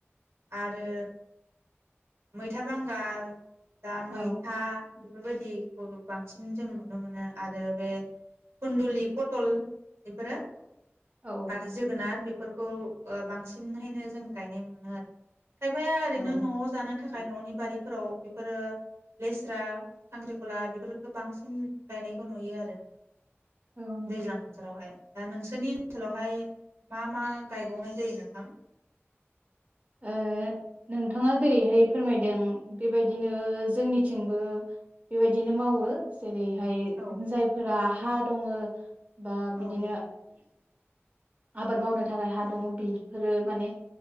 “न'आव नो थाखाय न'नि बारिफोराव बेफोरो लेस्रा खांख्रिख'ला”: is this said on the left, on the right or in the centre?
Right